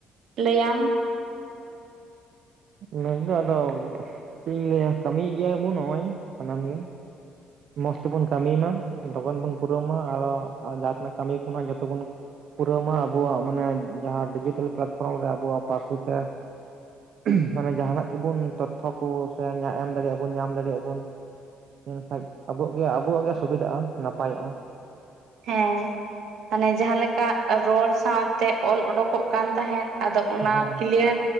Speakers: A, on the right; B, on the right.
A: ᱞᱟᱹᱭᱟᱢ?
B: ᱢᱮᱱ ᱫᱚ ᱟᱫᱚ ᱪᱮᱫ ᱤᱧ ᱞᱟᱹᱭᱟ ᱠᱟᱹᱢᱤᱭᱮᱫ ᱜᱮᱭᱟ ᱵᱚ ᱱᱚᱜ ᱚᱭ ᱥᱟᱱᱟᱢ ᱜᱮ᱾ ᱢᱚᱸᱡᱽ ᱛᱮᱵᱚᱱ ᱠᱟᱹᱢᱤ ᱢᱟ ᱞᱚᱜᱚᱱ ᱵᱚᱱ ᱯᱩᱨᱟᱹᱣ ᱢᱟ ᱟᱨᱚ ᱡᱟᱦᱟᱸ ᱛᱤᱱᱟᱹᱜ ᱠᱟᱹᱢᱤ ᱠᱚ ᱱᱟᱜ ᱡᱚᱛ ᱵᱚᱱ ᱯᱩᱨᱟᱹᱣ ᱢᱟ ᱟᱵᱚᱣᱟᱜ ᱢᱟᱱᱮ ᱡᱟᱦᱟᱸ ᱰᱤᱡᱤᱴᱮᱞ ᱯᱞᱟᱴᱯᱷᱚᱨᱚᱢ ᱨᱮ ᱟᱵᱚᱣᱟᱜ ᱯᱟᱹᱨᱥᱤ ᱛᱮ ᱩᱜ ᱢᱟᱱᱮ ᱡᱟᱦᱟᱸᱟᱱᱟᱜ ᱠᱩᱵᱩᱱ ᱛᱚᱛᱷᱚ ᱠᱚ ᱥᱮ ᱧᱟ ᱮᱢ ᱫᱟᱲᱮᱭᱟᱜᱼᱟ ᱵᱩᱱ ᱧᱟᱢ ᱫᱟᱲᱮᱭᱟᱜᱼᱟ ᱵᱩᱱ ᱢᱮᱱᱠᱷᱟᱡ ᱟᱵᱚ ᱟᱜ ᱜᱮ ᱟᱵᱚᱣᱟᱜ ᱜᱮ ᱥᱩᱵᱤᱫᱷᱟᱜᱼᱟ ᱱᱟᱯᱟᱭᱚᱜᱼᱟ
A: ᱦᱮᱸ ᱛᱟᱞᱦᱮ ᱡᱟᱸᱦᱟ ᱞᱮᱠᱟ ᱨᱚᱲ ᱥᱟᱶᱛᱮ ᱚᱞ ᱚᱰᱠᱚᱜ ᱠᱟᱱ ᱛᱟᱦᱮᱸᱫ ᱟᱫᱚ ᱚᱱᱟ
B: ᱦᱳᱭ
A: ᱠᱞᱤᱭᱟᱨ